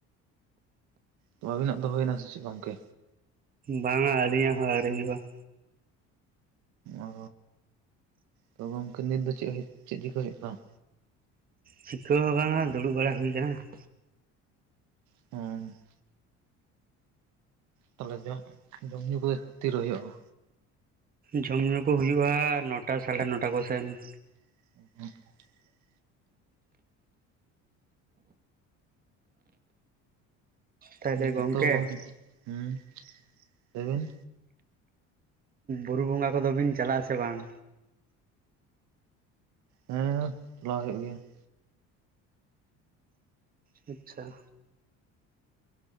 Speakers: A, on the right; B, on the right.
A: ᱛᱚ ᱟᱹᱵᱤᱱ ᱱᱟᱸᱜ ᱫᱚ ᱦᱩᱭᱮᱱᱟ ᱥᱮ ᱪᱮᱫ ᱜᱚᱝᱠᱮ?
B: ᱵᱟᱝᱟ ᱟᱹᱞᱤᱧᱟᱜ ᱦᱚᱸ ᱟᱹᱣᱨᱤ ᱦᱩᱭᱩᱜᱼᱟ ᱾
A: ᱚ ᱛᱚ ᱜᱚᱝᱠᱮ ᱱᱤᱛ ᱫᱚ ᱪᱮᱫ ᱪᱮᱫ ᱪᱤᱠᱟᱹ ᱦᱳᱭᱳᱜ ᱠᱟᱱᱟ?
B: ᱪᱤᱠᱟᱹ ᱦᱚᱸ ᱵᱟᱝᱟ ᱫᱩᱲᱩᱵ ᱵᱟᱲᱟ ᱦᱩᱭ ᱟᱠᱟᱱᱟ ᱾
A: <unintelligible> ᱛᱟᱦᱚᱞᱮ ᱡᱚᱢ ᱧᱩ ᱠᱚᱫᱚ ᱛᱤᱨᱮ ᱦᱩᱭᱩᱜᱼᱟ?
B: ᱡᱚᱢ ᱧᱩ ᱠᱚ ᱦᱩᱭᱩᱜᱳᱼᱟ ᱱᱚᱴᱟ ᱥᱟᱲᱮ ᱱᱚᱴᱟ ᱠᱚᱥᱮᱱ ᱾
A: <unintelligible>
B: ᱛᱟᱦᱚᱞᱮ
A: ᱦᱮᱸ
B: ᱜᱚᱝᱠᱮ
A: ᱛᱚ ᱜᱚᱢ ᱦᱮᱸ ᱞᱟᱹᱭ ᱵᱤᱱ?
B: ᱵᱩᱨᱩ ᱵᱚᱸᱜᱟ ᱠᱚᱫᱚ ᱵᱤᱱ ᱪᱟᱞᱟᱜᱼᱟᱥᱮ ᱵᱟᱝ?
A: ᱦᱮᱸ ᱪᱟᱞᱟᱣ ᱦᱩᱭᱩᱜ ᱜᱮᱭᱟ ᱾
B: ᱟᱪᱪᱷᱟ ᱾